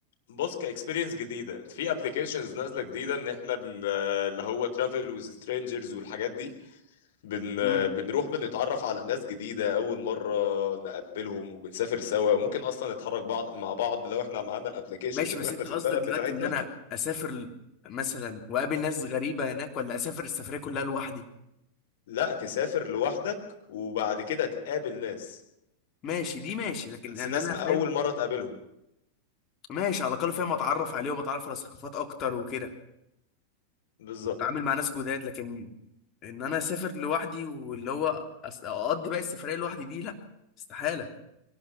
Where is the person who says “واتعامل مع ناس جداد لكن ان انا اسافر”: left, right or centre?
Left